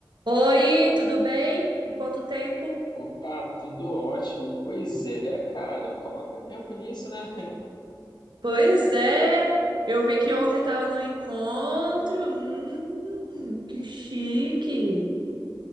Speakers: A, on the right; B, on the left.
A: Oi, tudo bem? Quanto tempo?
B: Opa, tudo ótimo. Pois é, cara, coloca tempo nisso, né?
A: Pois é, eu vi que ontem estava no encontro. Hum, que chique.